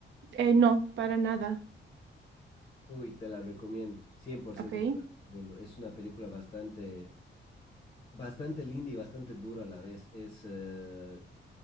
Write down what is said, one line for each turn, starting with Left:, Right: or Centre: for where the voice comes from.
Right: Eh, no, para nada.
Left: Uy, te la recomiendo, cien por ciento
Right: Ok,
Left: te la recomiendo. Es una película bastante, bastante linda y bastante dura a la vez. Es, eh,